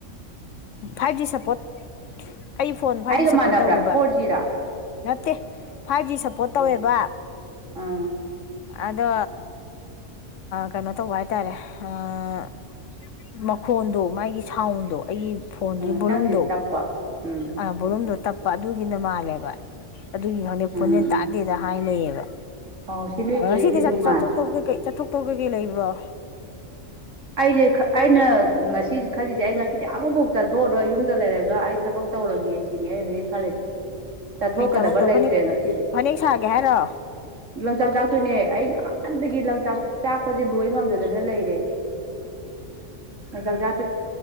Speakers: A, on the left; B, on the right.
A: ꯐꯥꯏꯚ ꯖꯤ ꯁꯞꯄꯣꯔꯠ ꯑꯩ ꯐꯣꯟ ꯐꯥꯏꯚ
B: ꯑꯩꯒ
A: ꯖꯤ
B: ꯃꯥꯟꯅꯕ꯭ꯔꯥ
A: ꯁꯞꯄꯣꯔꯠ ꯇꯧꯋꯦꯕ
B: ꯐꯣꯔ ꯖꯤꯔꯥ
A: ꯅꯠꯇꯦ ꯐꯥꯏꯚ ꯖꯤ ꯁꯞꯄꯣꯔꯠ ꯇꯧꯋꯦꯕ
B: ꯑꯥ ꯑꯥ
A: ꯑꯗꯣ ꯀꯩꯅꯣ ꯇꯧꯕ ꯍꯥꯏꯇꯥꯔꯦ ꯍꯥꯥ ꯃꯈꯣꯟꯗꯣ ꯃꯥꯒꯤ ꯁꯥꯎꯟꯗꯣ ꯑꯩꯒꯤ ꯐꯣꯟꯗꯨꯒꯤ
B: ꯑꯥ
A: ꯕꯣꯂꯨꯝꯗꯣ
B: ꯅꯪꯒꯤꯗꯤ ꯇꯞꯄ ꯎꯝ
A: ꯑꯥ ꯕꯣꯔꯨꯝꯗꯣ ꯇꯞꯄ ꯑꯗꯨꯒꯤꯅ ꯃꯥꯜꯂꯦꯕ ꯑꯗꯨꯒꯤ ꯍꯧꯪꯗꯛ
B: ꯎꯝ
A: ꯐꯣꯟꯖꯦꯜ ꯇꯥꯗꯦꯗ ꯊꯥꯏꯅꯕ
B: ꯑꯣ ꯁꯤ ꯅꯣꯏꯗꯨꯗꯤ
A: ꯁꯤꯗꯤ
B: ꯅꯨꯡꯉꯥꯏ
A: ꯆꯠꯊ ꯆꯠꯊꯣꯛ ꯇꯧꯒ ꯀ ꯂꯩꯕ꯭ꯔꯥ
B: ꯑꯗꯦ ꯈ ꯑꯩꯅ ꯉꯁꯤ ꯈꯜꯂꯤꯁꯦ ꯑꯩ ꯉꯁꯤꯗꯤ ꯑꯃꯐꯥꯎ ꯆꯠꯊꯣꯛꯑꯔꯒ ꯌꯨꯝꯗ ꯂꯩꯔꯒ ꯑꯩ ꯊꯕꯛ ꯇꯧꯔꯒꯦ ꯁꯤꯅꯤ ꯑꯩ ꯍꯧꯖꯤꯛ ꯈꯔꯦ ꯆꯠꯊꯣꯛꯀꯗꯕ
A: ꯀꯩ ꯊꯕꯛ ꯇꯧ
B: ꯂꯩꯇ꯭ꯔꯦ
A: ꯐꯅꯦꯛ
B: ꯉꯁꯤꯗꯤ
A: ꯐꯅꯦꯛ ꯁꯥꯒꯦ ꯍꯥꯏꯔꯣ
B: ꯂꯪꯆꯥꯛ ꯆꯥꯛꯇꯣꯏꯅꯦ ꯑꯩ ꯍꯥꯟꯅꯗꯒꯤ ꯂꯪꯆꯥꯛ ꯆꯥꯛꯄꯁꯦ ꯂꯣꯏ ꯉꯝꯖꯗꯅ ꯂꯩꯔꯦ ꯖ ꯀ